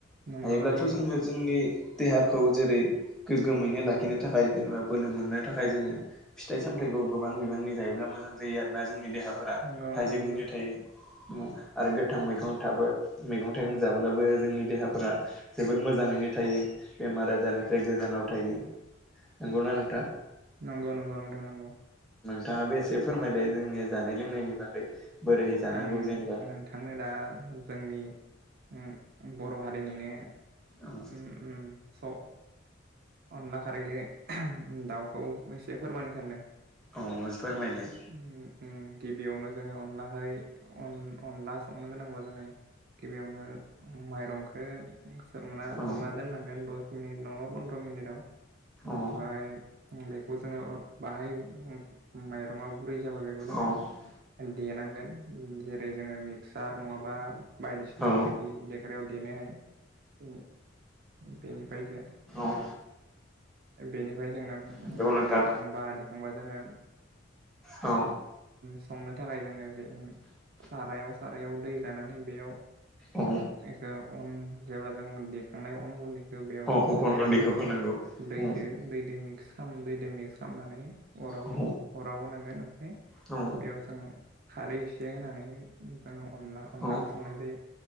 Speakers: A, on the right; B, in the centre.
A: नंगौ
B: हायोब्लाथ'
A: नोंथां नंगौ
B: जोङो जोंनि देहाखौ जेरै गोगोमैनो लाखिनो थाखाय जेनेबा बोलो मोननो थाखाय जोङो फिथाइ सामथायाइखौ गोबां बिबांनि जायोब्ला मोजां जायो आरोन जों देहाफोरा
A: नंगौ नोंथां
B: थाजिमैनो
A: नंगौ
B: थायो आरो गोथां मैगं थाबो मैगं थाइगं जाब्लाबो जोंनि देहाफ्रा जोबोद मोजां मोजाङैनो थायो बेमार आजारनिफ्राय गोजानाव थायो नंगौना नों
A: नंगौ नंगौ नोंथां नंगौ
B: नोंथांङाबो एसे फोरमायलाय जोंनि जानाय लोंनायनि बागै बोरैहै जानांगौ
A: आं
B: जेनेबा
A: नोंथांनो दा जोंनि ओ बर' हारिनिनो
B: औ
A: ओ स अनला खारैजों दाउखौ एसे फोरमायनो सानदों
B: औ फोरमायलाय
A: उम उम गिबियावनो जोङो अनला खारै अनला संनो गोनां बा जोङो गिबियावनो माइरंखौ सोमना
B: औ
A: सोमना दोननांगोन दस मिनिट नङाबा पन्द्र' मिनिटाव ओमफ्राय
B: औ
A: बेखौ जोङो बाहाय माइरङा गुरै जाबा बेखौ जोङो
B: औ
A: देनांगोन जेरै जोङो मिक्सार नङाबा बायदिसिना
B: औ
A: बेफोर देग्रायाव देरनो हायो बे बेनिफ्रायसो
B: औ
A: बेनि जोङो
B: नंगौ नोंथां
A: देखांबा देखांबा जोङो
B: औ
A: संनो थाखाय जोङो बे सारायाव सारायाव दै लानानै बेयाव
B: अ
A: बेखौ अन जेब्ला जों देखांनाय अन गुन्दैखौ बेयाव
B: औ
A: जों सारायाव
B: अन गुन्दैखौ
A: होनानै
B: होनांगौ
A: दै
B: औ
A: जों दै जों मिक्स खालाम दै मिक्स खालामामनानै अराव
B: औ
A: अराव होनांगोन ओमफ्राय
B: औ
A: बेयाव जों खारै एसे होनानै जोंङ अनला अनलाखौ
B: औ
A: संनाय जायो